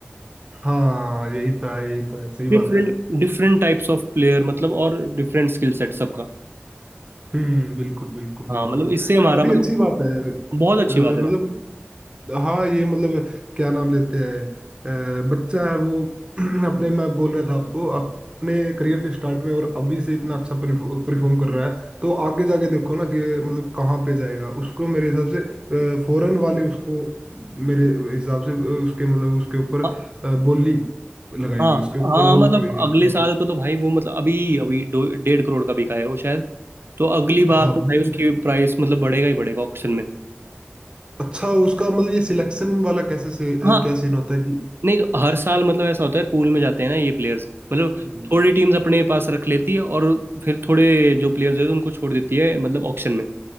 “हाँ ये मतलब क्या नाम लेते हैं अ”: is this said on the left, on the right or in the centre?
Right